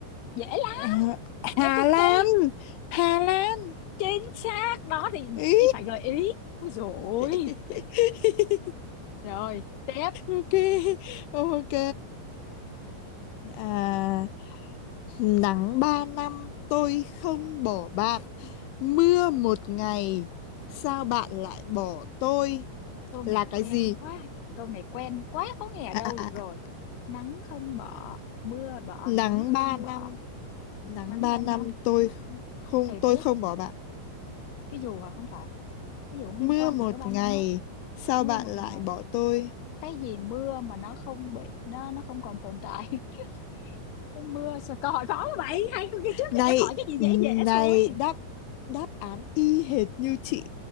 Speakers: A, on the left; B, on the left.
A: dễ lắm
B: Ờ,
A: dễ
B: Hà
A: cực
B: Lan
A: kỳ
B: Hà Lan
A: chính xác đó thì
B: Ý.
A: chị phải gợi ý ui rồi
B: <laughs>
A: rồi tiếp
B: ok ok à, nắng ba năm tôi không bỏ bạn mưa một ngày sao bạn lại bỏ tôi
A: câu này
B: là cái
A: quen
B: gì
A: quá câu này quen quá có nghe ở
B: à,
A: đâu được
B: à,
A: rồi
B: à.
A: nắng không bỏ mưa bỏ
B: nắng
A: nắng không
B: ba năm
A: bỏ
B: nắng
A: nắng
B: ba
A: ba
B: năm
A: năm
B: tôi không
A: thời tiết
B: tôi không bỏ bạn
A: cái dù hả không phải cái dù cũng liên
B: mưa
A: quan
B: một
A: gì tới ba
B: ngày
A: năm á
B: sao
A: mưa
B: bạn
A: một
B: lại
A: ngày
B: bỏ tôi
A: cái gì mưa mà nó không bị nó nó không còn tồn tại <laughs> cái mưa sao câu hỏi khó vậy hai câu kia trước
B: này
A: em hỏi cái gì
B: ừ,
A: dễ dễ
B: này
A: thôi
B: đáp đáp án y hệt như chị